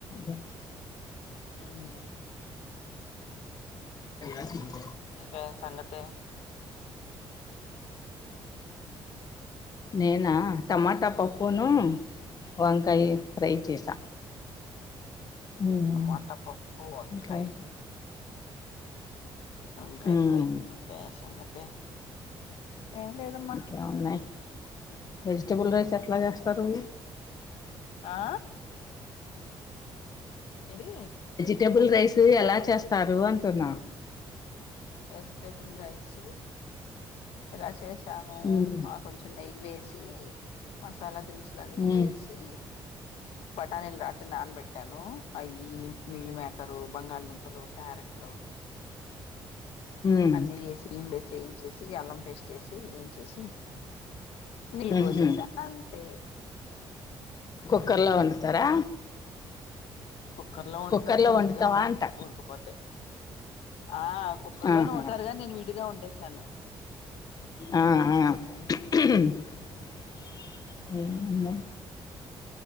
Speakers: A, on the left; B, on the left.
A: అది
B: మ్
A: అది మి
B: ఏంటి సంగతే
A: నేనా టమాటా పప్పు ప్పును వంకాయ ఫ్రై చేసా ఉమ్,
B: టమాట పప్పు వంకాయ
A: ఇంకా ఏంటి
B: వంకాయ
A: ఉమ్,
B: ఫ్రై ఇదా సంగతి ఏం లేదమ్మా
A: ఇంకేం ఉన్నాయి వెజిటబుల్ రైస్ ఎట్లా చేస్తారు
B: ఆ ఎది
A: టేబుల్ రైస్ ఎలా చేస్తారు అంటున్నా
B: వెజిటబుల్ రైస్ ఎలా చేసా తాము
A: ఉమ్
B: ఆ కొంచం నెయ్యి వేసి మసాలా ది అసలన్నీ
A: ఉమ్
B: వేసి బఠానీలు రాత్రి నానబెట్టాను అవి మిల్ మేకరు, బంగాళదుంపలు, క్యారెట్లు.
A: ఉమ్
B: అన్నీ వేసి, లిం <unintelligible> సి ఏంచేసి అల్లం పేస్ట్ వేసి ఏంచేసి. నీళ్లుబోసేసా
A: ఉహు
B: అంతే.
A: క్కర్లో వండుతారా?
B: కుక్కర్ లో వండుతారు
A: కుక్కర్లో
B: నేను
A: వండుతావా
B: విడిగా వండేసా
A: అంట
B: ఉడుకుపోద్ది. ఆ కుక్కర్
A: ఆహా
B: లోనే వోడారు గాని నేను విడిగా వండేసాను.
A: ఆ ఆ
B: గ్యాస్ అంతే
A: ఏ <unintelligible> ది.